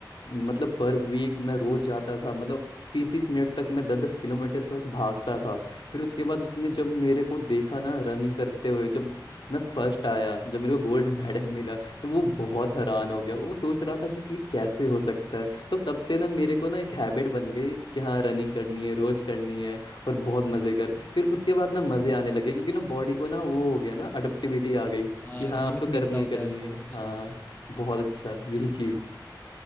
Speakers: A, on the left; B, on the left.
A: मतलब पर वीक मैं रोज जाता था मतलब तीस तीस मिनट तक मैं दस दस किलोमीटर तक भागता था फिर उसके बाद उसने जब मेरे को देखा ना रनिंग करते हुए जब मैं फर्स्ट आया जब मेरे को गोल्ड मेडल मिला तो वो बहुत हैरान हो गया वो सोच रहा था कि, कि ये कैसे हो सकता है तो तब से ना मेरे को ना एक हैबिट बन गई कि हाँ रनिंग करनी है रोज करनी है और बहुत मजे कर फिर उसके बाद ना मजे आने लगे क्योंकि ना बॉडी को ना वो हो गया ना अडप्टिविटी आ गई
B: <laughs> हाँ
A: कि हाँ
B: रिलीफ
A: अब तो करनी
B: मिलता होता
A: ही करनी
B: है बहुत
A: है
B: अच्छा
A: हाँ बहुत अच्छा यही चीज